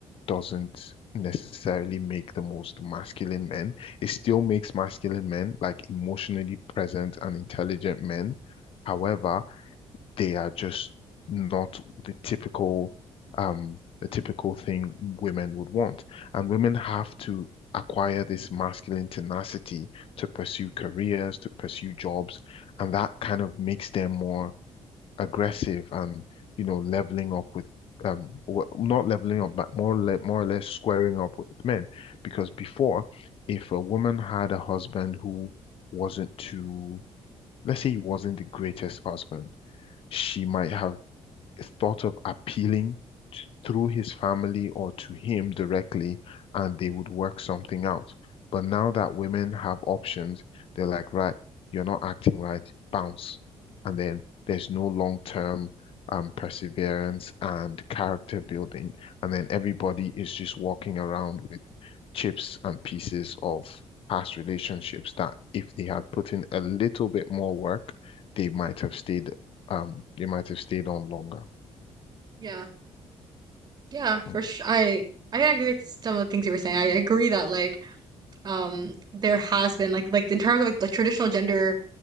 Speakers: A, on the left (about 55°); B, on the right (about 40°).
A: doesn't necessarily make the most masculine men. It still makes masculine men like emotionally present and intelligent men. However, they are just not the typical um the typical thing women would want. And women have to acquire this masculine tenacity to pursue careers, to pursue jobs, and that kind of makes them more aggressive and you know leveling up with um wh- not leveling up but more le more or less squaring up with men because before if a woman had a husband who wasn't too let's say he wasn't the greatest husband she might have thought of appealing t- through his family or to him directly, and they would work something out. But now that women have options, they're like, right, you're not acting right, bounce. And then there's no long-term um, perseverance and character building. And then everybody is just walking around with chips and pieces of past relationships that if they had put in a little bit more work, they might have stayed, um, they might have stayed on longer.
B: Yeah. Yeah,
A: Mm,
B: for sure. I I agree with some of the things you were saying. I agree that like um there has been like like in terms of like, like traditional gender